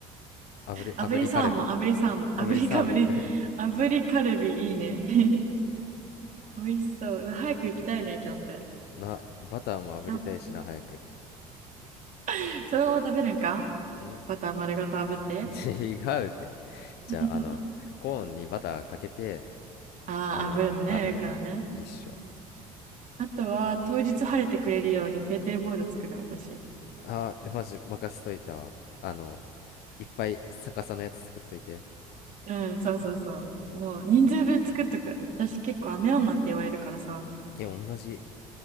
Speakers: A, on the left; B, on the right.
A: 炙り、炙りカルビ。
B: 炙りサーモン、炙りサーモン、
A: 炙りサーモン。
B: 炙りかぶり、炙りカルビいいね。<laughs> 美味しそう。うわ早く行きたいね、キャンプ。
A: <laughs> な、バターも炙りたいしな、
B: キャンプ。
A: 早く。
B: <laughs> そのまま食べるんか
A: ん
B: バター丸ごと炙って。
A: <laughs> 違うって。じゃあ、
B: <laughs>
A: あの、コーンにバターかけて、
B: ああ、
A: あの、
B: 炙るのね、
A: 炙るのえ一緒。
B: 上からね。あとは、当日晴れてくれるようにテーテレボード作る、私。
A: あー、マジ任せといたわ。あの、いっぱい逆さのやつ作っといて。
B: うん、そうそうそう。
A: うん。
B: もう、人数分作っとく。私結構雨女って言われるからさ。
A: いや、同じ。